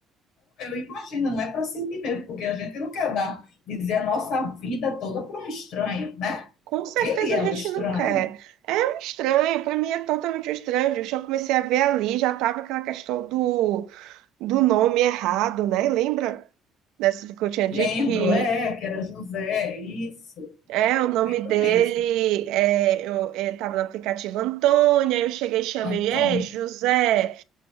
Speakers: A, on the left (about 75°); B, on the right (about 80°).
A: Eu imagino, não é para sentir mesmo, porque a gente não quer dar, dizer a nossa vida toda para um estranho, né?
B: Com
A: Porque
B: certeza
A: ele é
B: a gente
A: um estranho.
B: não quer. É um estranho, para mim é totalmente um estranho. Eu já comecei a ver ali, já tava aquela questão do do nome errado, né? Lembra dessa que eu tinha dito
A: Lembro,
B: que
A: é, que era José, isso.
B: é o nome
A: Lembro
B: dele,
A: mesmo.
B: é, eu estava no aplicativo Antônia, eu cheguei e chamei,
A: Antônio.
B: é José,